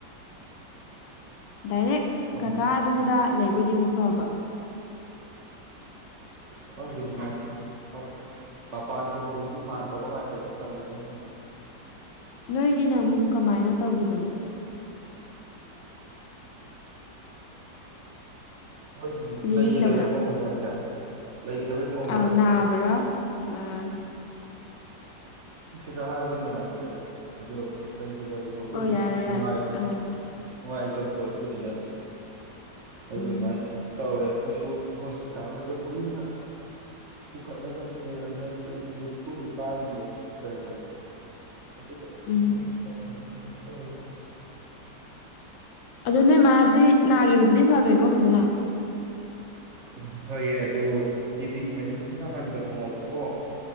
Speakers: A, on the left (about 80°); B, on the right (about 55°).
A: ꯗꯥꯏꯔꯦꯛ
B: ꯈꯪꯗꯦ
A: ꯀꯀꯥ ꯑꯗꯨꯗ ꯂꯩꯕ ꯑꯣꯏꯗꯤ ꯑꯃꯨꯛ ꯐꯕ
B: ꯈꯪꯗꯦ ꯅꯨꯡꯉꯥꯏꯇꯦ ꯑꯞ ꯃꯄꯥꯟ ꯊꯣꯡꯗꯗꯤ ꯃꯥꯟꯗꯕ ꯉꯥꯛꯇꯅꯤ ꯇꯧꯅꯔꯤꯖꯤꯡꯁꯤ
A: ꯅꯣꯏꯒꯤꯅ ꯑꯃꯨꯛ ꯀꯃꯥꯏꯅ ꯇꯧꯒꯤꯕꯅꯣ
B: ꯃꯣꯏꯁꯤ
A: ꯂꯤꯅꯤꯡꯗꯕ꯭ꯔꯥ
B: ꯂꯩꯒꯤꯗꯕꯩ ꯃꯑꯣꯡꯂꯣ ꯍꯥꯏꯖꯦ ꯂꯩꯈꯤꯗꯕꯩ ꯃꯑꯣꯡ
A: ꯑꯥꯎ ꯅꯥꯕ꯭ꯔꯥ ꯑꯥ
B: ꯁꯤꯗ ꯍꯥꯏꯕ ꯅꯨꯡꯉꯥꯏꯇ꯭ꯔꯦꯗ ꯑꯗꯨ ꯂꯩꯒꯤꯗꯕꯗꯣ ꯑꯩꯈꯣꯏꯁꯨ
A: ꯑꯣ ꯌꯥꯔꯦ
B: ꯅꯨꯡꯉꯥꯏ
A: ꯌꯥꯔꯦ ꯑꯥ
B: ꯅꯨꯡꯉꯥꯏꯕ ꯄꯣꯠꯄꯨꯗꯤ ꯅꯠꯇꯦ ꯑꯗꯨꯃꯥꯏ
A: ꯎꯝ
B: ꯇꯧꯔꯦ ꯑꯈꯣꯏꯁꯨ ꯍꯣꯁꯄꯤꯇꯥꯜꯗꯒ ꯀꯨꯏꯅ ꯄꯨꯈꯠꯂꯒ ꯂꯩꯔꯝꯃꯦ ꯅꯨꯃꯤꯠ ꯅꯤꯐꯨ ꯅꯤꯄꯥꯟꯃꯨꯛ ꯀꯩꯃꯨꯛ ꯑꯗꯨꯒꯥ
A: ꯎꯝ
B: <inaudible> <inaudible> ꯇꯧꯔꯒ
A: ꯑꯗꯨ ꯅꯣꯏ ꯃꯥꯗꯤ ꯅꯥꯒꯤꯕꯖꯤꯗꯤ ꯐꯒ꯭ꯔꯦꯀꯣ ꯐꯖꯅ
B: ꯎꯝ ꯐꯩꯌꯦ ꯑꯗꯣ ꯇꯤꯚꯤ ꯃꯍꯤꯛꯅ ꯅꯍꯟꯕꯅꯦ ꯍꯥꯏꯌꯦꯕꯀꯣ